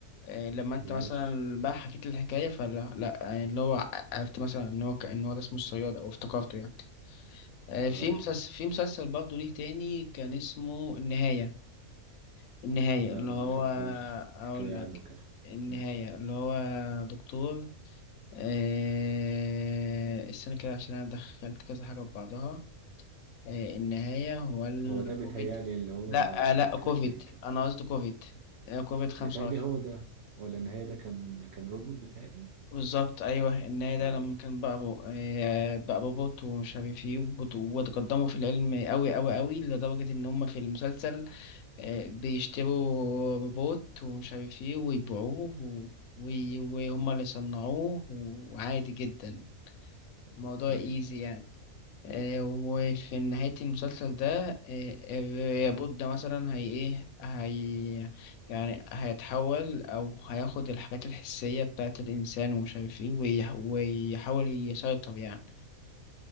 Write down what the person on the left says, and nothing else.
آه، لما انت
مثلا بقى حكيت لي الحكايه فلا لا يعني اللي هو عرفت مثلا ان هو ان هو ده اسمه الصياد او افتكرته يعني آه،
في مسلسل في مسلسل برضه ليه تاني كان اسمه النهايه النهايه
اللي
هو
اقول
لك
النهايه
اللي هو دكتور آه، استنى كده عشان انا دخلت كذا حاجه في بعضها آه، النهايه هو الكوفيد
لا آه، لا
كوفيد
انا قصدي كوفيد آه، كوفيد 25
بالظبط ايوه النهايه
ده لما كان بقى بو... آه، بقى بوبوت ومش عارف ايه وبوت- وتقدموا في العلم قوي قوي قوي لدرجه ان هم في المسلسل آه، بيشتروا روبوت ومش عارف ايه ويبيعوه و... وي- وهم اللي صنعوه وعادي جدا الموضوع
ايزي يعني آه، وفي نهاية المسلسل ده آه، الياقوت ده مثلا هي ايه هي يعني هيتحول أو هياخد الحاجات الحسية بتاعة الإنسان ومش عارف ايه ويح- ويحاول يسيطر يعني